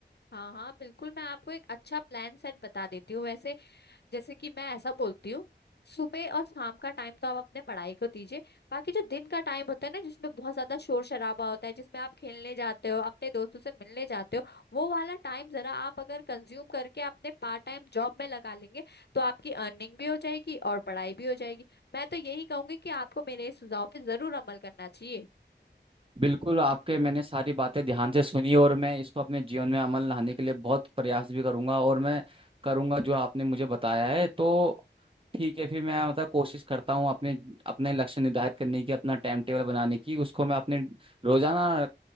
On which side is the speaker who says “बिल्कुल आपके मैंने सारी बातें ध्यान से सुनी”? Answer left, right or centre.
Right